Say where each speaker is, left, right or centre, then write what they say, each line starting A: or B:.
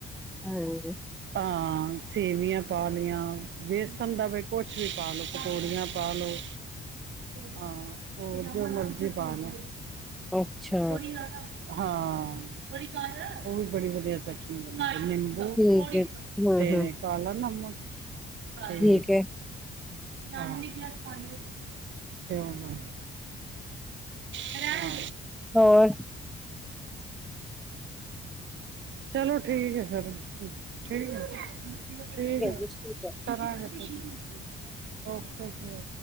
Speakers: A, in the centre; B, on the right.
A: ਹਾਂਜੀ
B: ਹਾਂ ਸੇਵੀਆਂ ਪਾ ਲਈਆਂ ਵੇਸਨ ਦਾ ਵੀ ਕੁਛ ਵੀ ਪਾ ਲਓ ਪਕੋੜੀਆਂ ਪਾ ਲਓ ਹਾਂ ਹੋਰ ਜੋ ਮਰਜ਼ੀ ਪਾ ਲੋ।
A: ਅੱਛਾ
B: ਥੋੜੀ ਜਿਆਦਾ ਹਾਂ ਉਹ ਵੀ ਬੜੀ ਵਧੀਆ ਚੱਟ ਨਿੰਬੂ
A: ਠੀਕ ਹੈ ਹਮ
B: ਤੇ
A: ਹਮ
B: ਕਾਲਾ ਨਮਕ ਤੇ
A: ਠੀਕ ਹੈ
B: ਹਾਂ <unintelligible> ਤੇ ਉਨਾਂ ਨੇ ਹਾਂ
A: ਹੋਰ
B: ਚਲੋ ਠੀਕ ਏ ਫਿਰ ਠੀਕ ਹੈ ਠੀਕ ਹੈ
A: ਜੀ ਠੀਕ ਹੈ
B: ਸੈਰ ਕਰਾਂਗੇ ਓਕੇ ਜੀ